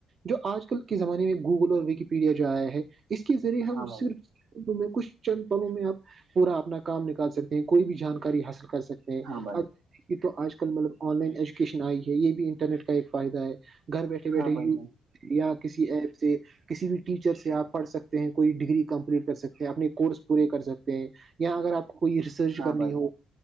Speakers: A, on the right; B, on the right.
A: جو آج کل کے زمانے میں گوگل اور وکیپیڈیا جو آیا ہے اس کے ذریعے ہم
B: ہاں بھائی
A: صرف لمحوں میں کچھ چند پھلوں میں آپ پورا اپنا کام نکال سکتے ہیں کوئی بھی جانکاری حاصل کر سکتے تے ہے
B: ہاں بھائی
A: اب دیکھیے تو آج کل مطلب آن لائن ایجوکیشن آئی ہے یہ بھی انٹرنیٹ کا ایک فائدہ ہے گھر بیٹھے بیٹھے
B: ہاں بھائی
A: یو
B: جان
A: یا کسی ایپ سے کسی بھی ٹیچر سے آپ پڑھ سکتے ہیں کوئی ڈگری کمپلیٹ کر سکتے ہیں اپنے کورس پورے کر سکتے ہیں یا اگر آپ کو کوئی ریسرچ
B: ہاں
A: کرنی
B: بھائی
A: ہو